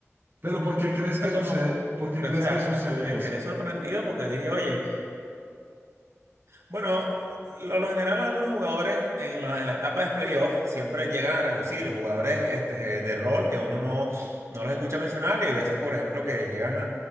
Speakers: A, on the right; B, on the right.
A: Pero ¿por qué crees que
B: era como
A: sucede, por qué
B: que,
A: crees
B: o sea,
A: que sucede
B: me
A: eso?
B: quedé sorprendido porque dije, oye, Bueno, lo, lo general algunos jugadores en, la en la etapa de playoff siempre llegan a relucir, jugadores este, que- de rol que uno no, no los escucha mencionar y hay veces, por ejemplo, que llegan